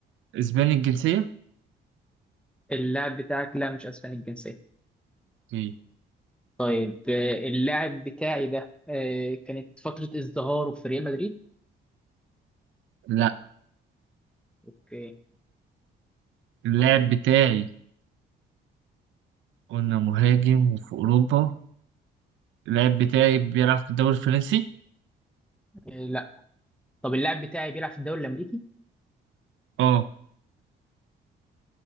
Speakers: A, on the right; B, in the centre.
A: اسباني الجنسيه
B: اللاعب بتاعك لا مش أسباني الجنسية
A: إيه؟
B: طيب آه، اللاعب بتاعي ده آه، كانت فترة ازدهاره في ريال مدريد
A: لا
B: اوكي
A: اللاعب بتاعي قلنا مهاجم وفي اوروبا اللاعب بتاعي بيلعب في الدوري الفرنسي
B: آه، لا طب اللاعب بتاعي بيلعب في الدوري الامريكي
A: اه